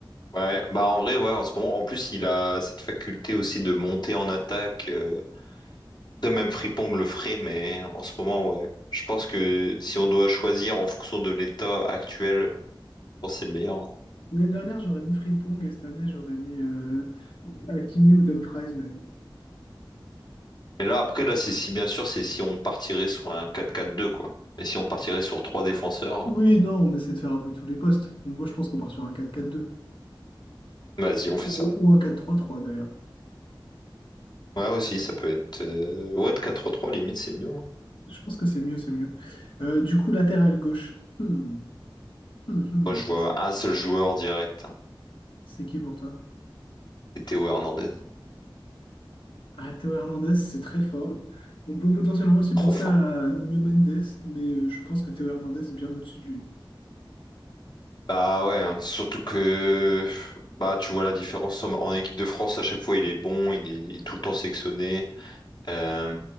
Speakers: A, on the left; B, on the left.
A: Ouais, bah en vrai, ouais, en ce moment, en plus, il a cette faculté aussi de monter en attaque. euh, Après, même Frimpong le ferait, mais en ce moment, ouais. Je pense que si on doit choisir en fonction de l'état actuel, je pense que c'est le meilleur. hein.
B: L'année dernière j'aurais mis Frimpong et cette année j'aurais mis euh, Hakimi ou Dumfries même.
A: Et là, après, là, c'est si, bien sûr, c'est si on partirait sur un 4-4-2, quoi. Mais si on partirait sur trois défenseurs,
B: Oui,
A: euh,
B: non, on essaie de faire un peu tous les postes. Bon, moi je pense qu'on part sur un 4-4-2
A: vas-y, on fait
B: ou,
A: ça.
B: ou un 4-3-3 d'ailleurs.
A: Ouais, aussi, ça peut être. euh, Ouais, 4-3-3, limite, c'est mieux. hein.
B: Je pense que c'est mieux, c'est mieux. Euh, du coup, latéral gauche. Hmm, hmm, hmm.
A: Moi, je vois
B: Ça c'est
A: un seul joueur direct. hein.
B: c'est qui pour toi?
A: C'est Théo Hernandez. hein.
B: Ah, Théo Hernandez, c'est très fort. On peut potentiellement aussi
A: Trop
B: penser
A: fort.
B: à Nuno Mendes, mais euh, je pense que Théo Hernandez est bien au-dessus de lui.
A: Bah ouais, hein. surtout que bah tu vois la différence en, en équipe de France à chaque fois il est bon, il est, il est tout le temps sélectionné, Euh,